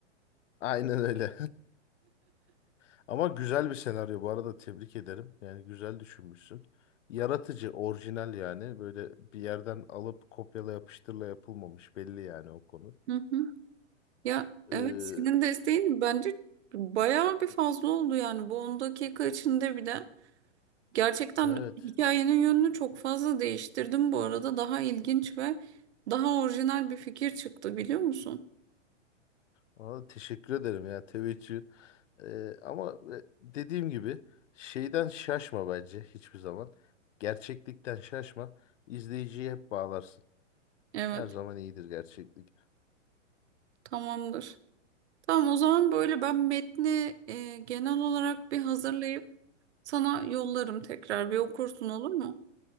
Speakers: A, on the left; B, on the right.
A: Aynen öyle. <laughs> Ama güzel bir senaryo bu arada tebrik ederim. Yani güzel düşünmüşsün. Yaratıcı, orijinal yani. Böyle bir yerden alıp kopyala yapıştırla yapılmamış belli yani o konu.
B: Hı hı. Ya
A: Ee,
B: evet senin desteğin bence bayağı bir fazla oldu yani bu on dakika içinde bir de gerçekten
A: <laughs> evet.
B: hikayenin yönünü çok fazla değiştirdim bu arada daha ilginç ve daha orijinal bir fikir çıktı biliyor musun?
A: Valla teşekkür ederim ya teveccühün. Ee, ama e, dediğim gibi şeyden şaşma bence hiçbir zaman. Gerçeklikten şaşma. İzleyiciyi hep bağlarsın.
B: Evet
A: Her zaman iyidir gerçeklik.
B: tamamdır. Tamam o zaman böyle ben metni e, genel olarak bir hazırlayıp Sana yollarım tekrar bir okursun olur mu?